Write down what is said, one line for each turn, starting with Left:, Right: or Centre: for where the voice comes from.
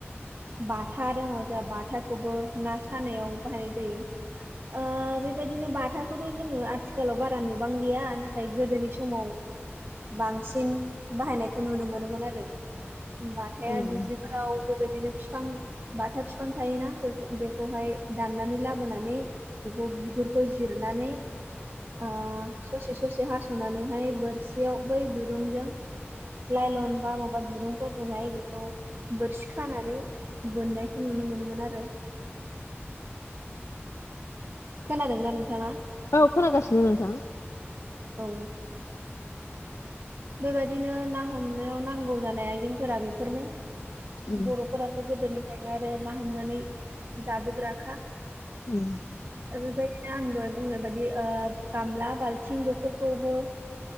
Right: बाथा दङ जोंहा बाथाखौबो ना सानायाव बाहायनाय जायो। ओ बेबायदिनो बाथाखौथ जोङो आथिखालाव बारा नुबांलिया नाथाय गोदोनि समाव बांसिन बाहायनायखौ नुनो मोनोमोन आरो बथाया
Left: उम
Right: दुब्लि जायो फोराव बेबादिनो बिफां बाथा बिफां थायोना बेखौहाय दाननानै लाबोनानै बेखौ बिगुरखौ जिरनानै ओ ससे ससे हासनानैहाय बोरसियाव बै दुरुंजों लाइलन बा माबा दुरुंफोरजोंहाय बेखौ बोरसि खानानै बोननायखौ नुनो मोनोमोन आरो। खोनादोंना नोंथाङा?
Left: औ खोनागासिनो नोंथां।
Right: औ। बेबायदिनो ना हमनायाव नांगौ जानाय आइजेंफोरा बेफोरनो
Left: उम
Right: बर' फोराथ गोदोनिफ्रायनो आरो ना हमनानै जाबोग्राखा
Left: <unintelligible>
Right: ओ बेनिफ्राय आं दहाय बुंनाय बायदि ओ गामला बाल्थिं बेफोरखौबो